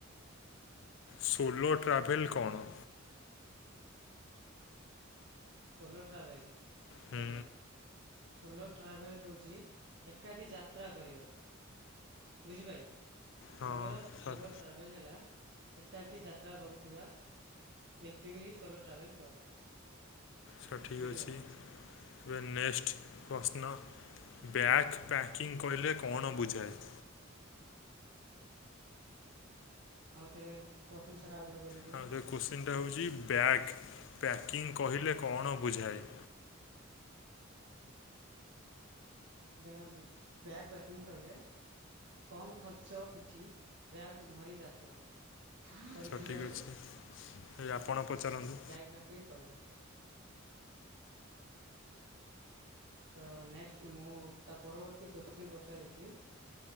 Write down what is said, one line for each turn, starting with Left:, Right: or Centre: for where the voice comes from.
Left: ସୋଲୋ ଟ୍ରାଭେଲ୍ କଣ?
Right: ସୋଲୋ ଟ୍ରାଭେଲ୍
Left: ହୁଁ
Right: ଦେଖନ୍ତୁ। ସୋଲୋ ଟ୍ରାଭେଲ୍ ହେଉଚି ଏକାକୀ ଯାତ୍ରା କରିବା। ବୁଝିପାଇଲେ?
Left: ହଁ
Right: ସୋଲୋ ସୋଲୋ
Left: ସାର୍
Right: ଟ୍ରାଭେଲ୍ ହେଲା ଏକାକୀ ଯାତ୍ରା କରୁଥିବା ବ୍ୟକ୍ତି କି ସୋଲୋ ଟ୍ରାଭେଲ୍ କୁହାଯାଏ।
Left: ସଠିକ୍
Right: ବୁଝିପାରିଲେ
Left: ଅଛି। ଏବେ ନେକ୍ସଟ ପ୍ରଶ୍ନ -ବ୍ୟାଗ ପ୍ୟାକିଙ୍ଗ କହିଲେ କଣ ବୁଝାଯାଏ?
Right: ଆଉଥରେ ପ୍ରଶ୍ନ? ସାର୍ ଆଉ ଥରେ କହିଲେ ଟିକେ
Left: ହଁ ସେ କୋଶ୍ଚିନ୍ ଟା ହଉଛି ବ୍ୟାଗ ପ୍ୟାକିଂ କହିଲେ କଣ ବୁଝାଏ?
Right: ଦେଖନ୍ତୁ ବ୍ୟାଗପ୍ୟାକିଙ୍ଗ କହିଲେ କମ୍ ଖର୍ଚ୍ଚ ପିଠି ବ୍ୟାଗ୍ ଧରି ଯାତ୍ରା। କରିଥିବାକୁ
Left: ସାର୍ ଠିକ୍ ଅଛି
Right: ବ୍ୟାଗ
Left: ଏ ଆପଣ ପଚାରନ୍ତୁ
Right: ପାକିଙ୍ଗ କହିଲେ। ତ ନେକ୍ସଟ ମୁଁ ତା ପରବର୍ତ୍ତୀ କୋଶ୍ଚିନ୍ ପଚାରୁଛି?